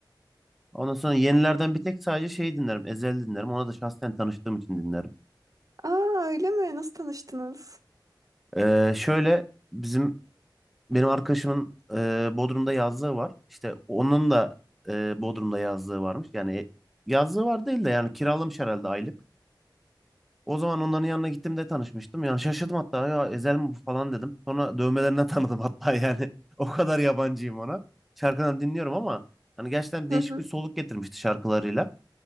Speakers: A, in the centre; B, on the right (about 45°).
A: Ondan sonra yenilerden bir tek sadece şey dinlerim. Ezel dinlerim. Ona da şahsen tanıştığım için dinlerim.
B: Aa öyle mi? Nasıl tanıştınız?
A: Ee, şöyle bizim benim arkadaşımın e, Bodrum'da yazlığı var. İşte onun da e, Bodrum'da yazlığı varmış. Yani e, yazlığı var değil de yani kiralamış herhalde aylık. O zaman onların yanına gittim de tanışmıştım. Yani şaşırdım hatta ya Ezel mi bu falan dedim. Sonra dövmelerinden <laughs> tanıdım hatta yani. <laughs> O kadar yabancıyım ona. Şarkılarını dinliyorum ama hani gerçekten
B: Hı
A: değişik
B: hı.
A: bir soluk getirmişti şarkılarıyla.